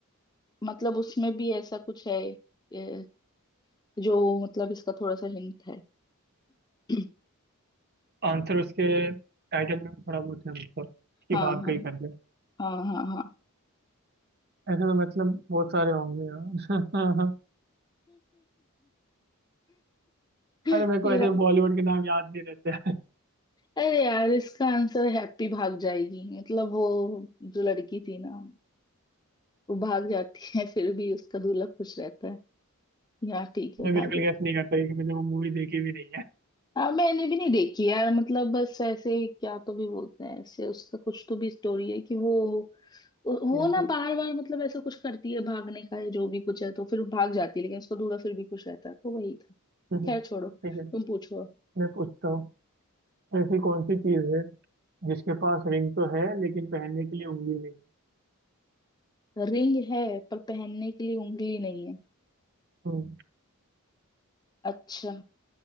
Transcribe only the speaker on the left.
मतलब उसमें भी ऐसा कुछ है ए, जो मतलब इसका थोड़ा सा हिंट है <clears throat>
हाँ
हाँ
हाँ हाँ हाँ
<laughs>
ये
अरे यार इसका आंसर हैप्पी भाग जाएगी मतलब वो जो लड़की थी ना वो भाग जाती <laughs> है फिर भी उसका दूल्हा खुश रहता है यहाँ ठीक है
भागो
हाँ मैंने भी नहीं देखी यार मतलब बस ऐसे क्या तो भी बोलते हैं ऐसे उसका कुछ तो भी स्टोरी है कि वो वो
ना
बार बार मतलब ऐसा कुछ करती है भागने का या जो भी कुछ है तो फिर भाग जाती है लेकिन उसका दूल्हा फिर भी खुश रहता है तो वही था
खैर
छोड़ो
तुम पूछो
रिंग है पर पहनने के लिए उंगली नहीं है
अच्छा